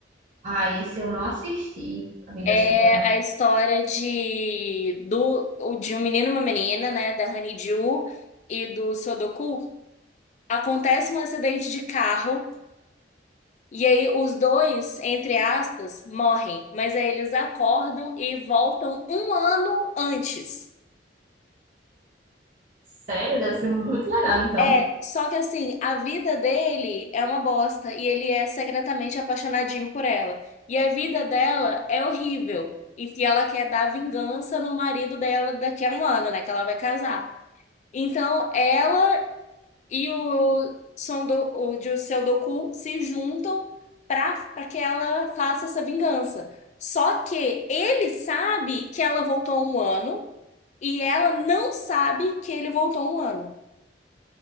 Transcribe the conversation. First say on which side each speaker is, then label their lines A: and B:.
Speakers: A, on the right; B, on the left.
A: ah, esse eu não assisti, A Vingança
B: É
A: do Casamento.
B: a história de, do, o- de um menino e uma menina, né? Da Honeydew e do Sudoku. Acontece um acidente de carro. E aí os dois, entre aspas, morrem, mas aí eles acordam e voltam um ano antes.
A: Sério, deve ser muito legal, então.
B: É, só que assim, a vida dele é uma bosta e ele é secretamente apaixonadinho por ela. E a vida dela é horrível. E que ela quer dar vingança no marido dela daqui a um ano, né? Que ela vai casar. Então, ela e o, Son Do, o de Seu Doku se juntam para para que ela faça essa vingança. Só que ele sabe que ela voltou um ano e ela não sabe que ele voltou um ano.